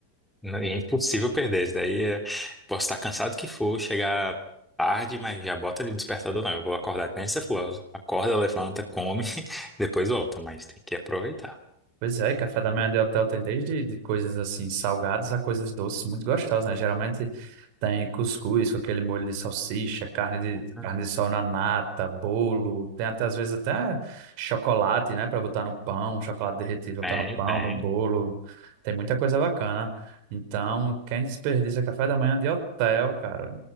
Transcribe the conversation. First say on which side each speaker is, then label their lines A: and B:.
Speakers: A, in the centre; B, on the right.
A: Não, É impossível perder. Isso daí é... posso estar cansado que for, chegar tarde, mas já bota ali o despertador, não. Eu vou acordar que nem você falou. Acorda, levanta, come, <laughs> depois volta, mas tem que aproveitar.
B: Pois é, café da manhã de hotel tem desde de coisas assim salgadas a coisas doces muito gostosas, né? Geralmente tem cuscuz com aquele molho de salsicha, carne de
A: Uhum.
B: carne de sol na nata, bolo, tem até às vezes até chocolate, né, para botar no pão, chocolate derretido
A: Tem,
B: pra botar no pão,
A: tem.
B: no bolo. Tem muita coisa bacana. Então, quem desperdiça café da manhã de hotel, cara,